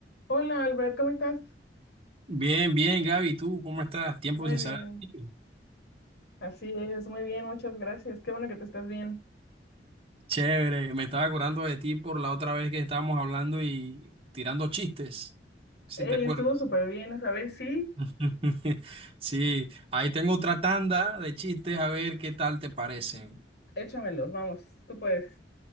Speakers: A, on the left (about 70°); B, on the right (about 30°).
A: Hola Albert, ¿cómo estás?
B: Bien, bien, Gaby, ¿tú cómo estás? Tiempo
A: Muy
B: sin
A: bien,
B: saber de ti.
A: así es, muy bien, muchas gracias. Qué bueno que te estás bien.
B: Chévere, me estaba acordando de ti por la otra vez que estábamos hablando y tirando chistes, si
A: Ey,
B: te acuerdas.
A: estuvo súper bien esa vez, sí.
B: <laughs> Sí, ahí tengo otra tanda de chistes, a ver qué tal te parecen.
A: Échamelos, vamos, tú puedes,